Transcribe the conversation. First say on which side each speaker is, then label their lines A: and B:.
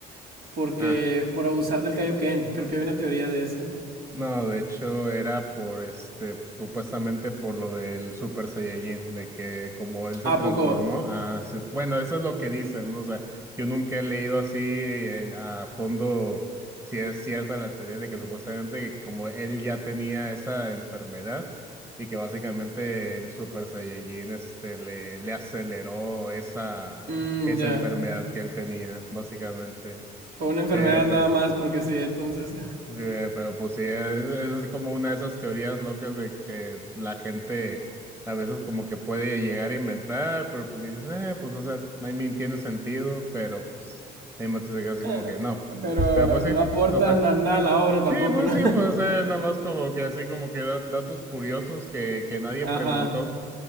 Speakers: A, on the right (about 65°); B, on the right (about 15°).
A: porque
B: ah.
A: por abusar del Kaioken. Creo que había una teoría de eso.
B: No, de hecho era por este, supuestamente por lo del Super Saiyajin, de que como él se
A: ¿A
B: transformó,
A: poco?
B: ah, se- bueno, eso es lo que dicen, ¿no? O sea, yo nunca he leído así eh, a fondo si es cierta la teoría de que supuestamente que como él ya tenía esa enfermedad y que básicamente el Super Saiyajin este le, le aceleró esa,
A: Mm,
B: esa
A: ya.
B: enfermedad que él tenía, básicamente.
A: Por una enfermedad
B: Pepe.
A: nada más, porque sí, entonces.
B: Sí, eh, pero pues sí, es, es así como una de esas teorías locas de que la gente a veces como que puede llegar a inventar, pero pues dices, eh, pues o sea, I mean, tiene sentido, pero pues hay momentos de que así
A: Eh,
B: como que no.
A: pero
B: Pero pues sí,
A: no aportan
B: total.
A: a nada a la obra tampoco,
B: Sí, pues
A: ¿no?
B: sí, pues eh, nada más como que así como que da- datos curiosos que, que nadie
A: <laughs>
B: preguntó.
A: Ajá,